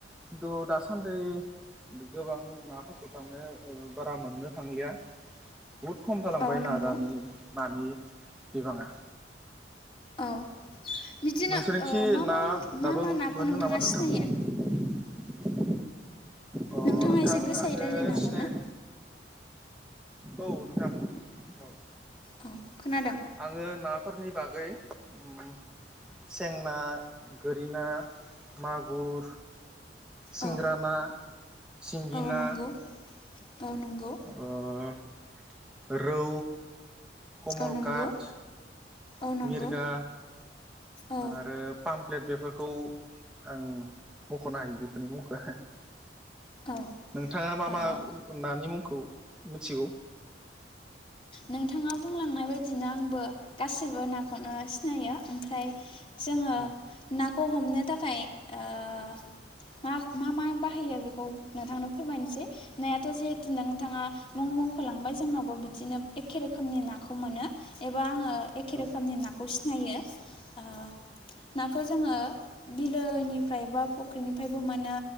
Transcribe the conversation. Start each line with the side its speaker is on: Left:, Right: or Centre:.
Centre: खिन्थु दासान्दि गोबां नाफोरखौ थामने ओ बारा मोननो थांलिया। बहुद खम जालांबाय
Left: औ
Centre: ना
Left: नंगौ
Centre: दानि नानि बिबाङा
Left: औ बिदिनो
Centre: नोंसोरनिथि
Left: ओ मा
Centre: ना
Left: मा
Centre: दाबो
Left: मा मा नाखौ
Centre: मोनो
Left: नोंथाङा
Centre: नामा नोंथां
Left: सिनायो
Centre: <inaudible> अ
Left: नोंथाङा
Centre: नोंथां
Left: एसे गोसायै
Centre: आङो
Left: रायज्लायनो हागौ
Centre: सिनाय
Left: ना
Centre: औ नोंथां औ
Left: औ खोनादों
Centre: आङो ना फोरनि बागै ओम सें ना गोरि ना मागुर सिंग्रा
Left: औ
Centre: ना सिंगि
Left: औ
Centre: ना
Left: नंगौ औ नंगौ
Centre: ओह रौ कमल
Left: औ नंगौ
Centre: काट
Left: औ नंगौ
Centre: मिरगा
Left: औ
Centre: आरो पामप्लेट बे फोरखौ आं मख'नो हायो बेफोरनि मुंखो
Left: औ
Centre: नोंथाङा मा
Left: ओ
Centre: मा नानि मुंखौ मिथिगौ
Left: नोंथाङा बुंलांनाय बायदिनो आंबो गासैबो नाखौनो सिनायो ओमफ्राय जोङो
Centre: औ
Left: नाखौ हमनो थाखाय ओ मा मा बाहायो बेखौ नोंथांनो फोरमायनोसै नायाथ' जे नोंथाङा मुं बुं खोलांबाय जोंनावबो बिदिनोब एखे रोखोमनि नाखौ मोनो एबा आङो एखे
Centre: औ
Left: रोखोमनि नाखौ सि नायो‌ ओ‌ नांगौ जोङो बिलोनिफ्राया बा बाख्रि निफ्राय मोनो